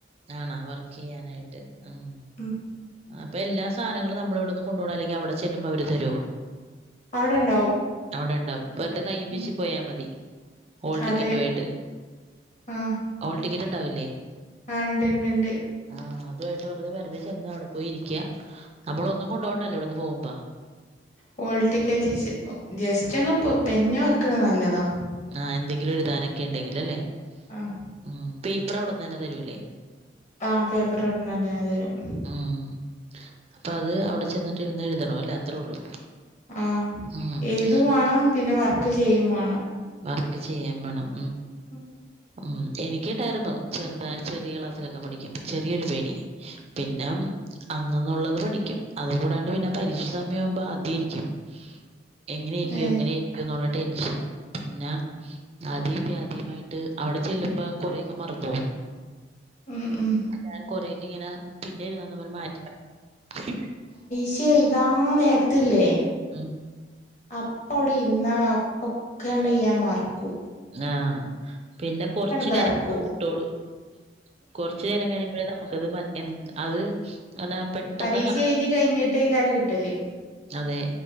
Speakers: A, on the right; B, on the left.
A: ആണാ വർക്ക് ചെയ്യാനായിട്ട് ഉം
B: ഉം
A: അപ്പൊ എല്ലാ സാധനങ്ങളും നമ്മള ഇവിടുന്ന് കൊണ്ടു പോണോ അല്ലെങ്കിൽ അവിടെ ചെല്ലുമ്പോ അവര് തരുമോ
B: അവിടെ ഉണ്ടാവും
A: അവിടെണ്ടാവും വെറുതെ കയ്യും
B: ഉം
A: വീശി പോയാൽ മതി ഹാൾ ടിക്കറ്റു
B: അതെ
A: ആയിട്ട്
B: ആഹ്
A: ഹാൾ ടിക്കറ്റ്ണ്ടാവല്ലേ
B: ആഹ് ഉണ്ട് ഉണ്ട് ഉണ്ട്
A: ആഹ് അതുമായിട്ട് വെറുതെ ചെന്ന് അവിടെ പോയി ഇരിക്കുക നമ്മള ഒന്നും കൊണ്ടുപോകണ്ടല്ല ഇവിടുന്ന് പോകുമ്പോ
B: ഹോൾ ടിക്കറ്റ് ജസ്റ്റ് ഒന്ന പെൻന് വെക്കണ നല്ലതാ
A: ആഹ് എന്തെങ്കിലും എഴുതാനൊക്കെ ഉണ്ടെങ്കിൽ അല്ലെ
B: ആഹ്
A: ഉം പേപ്പർ അവിടന്ന് തന്നെ തരുല്ലേ
B: ആഹ് പേപ്പർ അവിടുന്ന് തന്നെ തരും
A: ഉം അപ്പൊ അത് അവിടെ ചെന്നിട്ട് ഇരുന്ന് എഴുതണം അല്ലേ അത്രേ ഉള്ളൂ
B: ആഹ്
A: ഉം
B: ഏഴുതും വേണം പിന്നെ വർക്ക് ചെയ്യും വേണം
A: വർക്ക് ചെയ്യാം വേണം
B: ഉം
A: ഉം എനിക്കും ഉണ്ടായിരുന്നു ചെറുത ചെറിയ ക്ലാസ്സിലൊക്കെ പഠിക്കുമ്പ ചെറിയൊരു പേടി പിന്ന മ് അന്നന്നുള്ളത് പഠിക്കും അത കൂടാണ്ട് പിന്നെ പരീക്ഷ സമയം ആവുമ്പോ ആദ്യയിരിക്കും എങ്ങനെയിരിക്കും
B: ഏഹ്
A: എങ്ങനെയിരിക്കും ന്നുള്ള ടെൻഷൻ പിന്നെ ആദ്യ യ്പി ആദ്യയമായിട്ട് അവിടെ ചെല്ലുമ്പോ കൊറെക്കെ മർന്നോ വും
B: ഉം ഉം
A: ഞാൻ കൊറെക്കെ ഇങ്ങനെ പിന്നെ എഴുതാന്ന് പറ മാറ്റി മാറ്റി
B: ഷയ്ത താ നേരത്ത്ല്ലേ
A: ആഹ്
B: അപ്പ അവിടെ ഇരുന്നാ അപ്പൊക്കെണ്ട് ഞാ മറ്ക്കൂ
A: ആഹ് പിന്നെ കൊറച്ച്
B: ബെറക്കും
A: നേരം <inaudible> <unintelligible> കൊറ്ച്ച് നേരം കഴിയുമ്പോഴേ നമുക്കത് മ എ അത് ങ്ങനെ പെട്ടെന്ന്
B: പരീക്ഷ
A: കാണുമ്പോ
B: എഴുതി കഴിഞ്ഞിട്ടേക്കാരം കിട്ടല്
A: അതെ